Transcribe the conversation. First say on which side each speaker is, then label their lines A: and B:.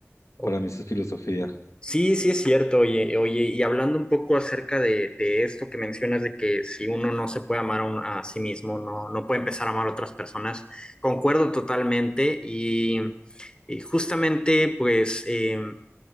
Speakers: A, on the left; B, on the left.
A: o-
B: Para mí eso es filosofía.
A: Sí, sí es cierto, oye, oye, y hablando un poco acerca de, de esto que mencionas de que si uno no se puede amar a, un- a sí mismo, no, no puede empezar a amar a otras personas, concuerdo totalmente y, y justamente pues... em,